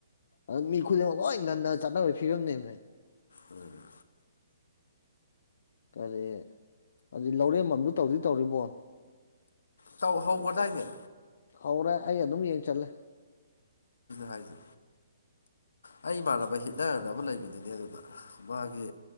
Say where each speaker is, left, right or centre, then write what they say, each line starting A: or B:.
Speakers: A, on the left; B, on the left.
A: ꯑꯗꯨ ꯃꯤ ꯈꯨꯗꯤꯡꯃꯛ ꯂꯣꯏ ꯉꯟꯅ ꯆꯠꯅꯕꯒꯤ ꯐꯤꯕꯝꯅꯦꯕꯅꯦ
B: ꯎꯝ
A: ꯀꯔꯤ ꯑꯗꯨꯗꯤ ꯂꯧꯔꯦꯝꯐꯝꯝꯗꯨ ꯇꯧꯗꯤ ꯇꯧꯔꯤꯕꯣ
B: ꯇ ꯍꯧꯒꯗꯏꯅꯦ
A: ꯍꯧꯧꯔꯦ ꯑꯩ ꯑꯗꯨꯝ ꯌꯦꯡ ꯆꯜꯂꯦ
B: ꯍꯥꯏꯗ ꯑꯩ ꯏꯃꯥꯟꯅꯕ ꯍꯤꯠꯅꯔꯅ ꯑꯃ ꯂꯩꯕꯅꯤꯅꯦ ꯑꯗꯨꯗ ꯃꯥꯒꯤ